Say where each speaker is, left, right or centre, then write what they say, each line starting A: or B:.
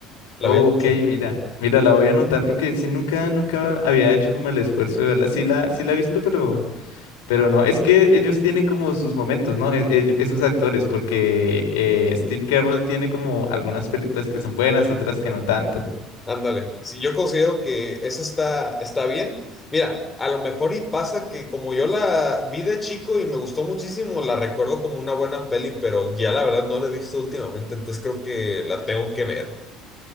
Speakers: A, on the left; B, on the left.
A: La
B: Ok,
A: veía mucho.
B: mira, mira, la voy a anotar porque sí nunca, nunca había hecho como el esfuerzo de verla. Sí la, sí la he visto, pero, pero no. Es que ellos tienen como sus momentos, ¿no? E- ello- esos actores, porque eh, Steve Carell tiene como algunas películas que son buenas, otras que no tanto.
A: Ándale, si yo considero que esa está, está bien. Mira, a lo mejor y pasa que como yo la vi de chico y me gustó muchísimo, la recuerdo como una buena peli, pero ya la verdad no la he visto últimamente, entonces creo que la tengo que ver.